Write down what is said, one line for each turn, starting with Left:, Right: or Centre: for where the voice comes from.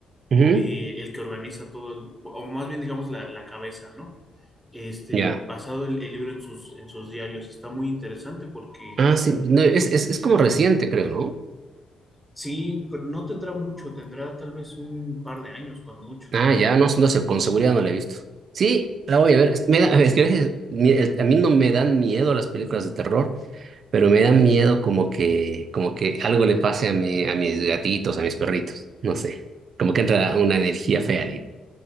Right: Ujú,
Centre: eh, el que organiza todo, el- o más bien digamos la, la cabeza, ¿no? Este,
Right: Ya.
Centre: basado el, el libro en sus, en sus diarios, está muy interesante porque
Right: Ah, sí, no, es, es, es como reciente, creo, ¿no?
Centre: sí, pero no tendrá mucho, tendrá tal vez un par de años, cuando mucho.
Right: Ah, ya, no, no sé, con seguridad no la he visto. Sí, la voy a ver. Es- Me da- <laughs> a ver, es que a veces mi- el- a mí no me dan miedo las películas de terror, Pero me da miedo como que, como que algo le pase a mi, a mis gatitos, a mis perritos, no sé. Como que entra una energía fea, digo.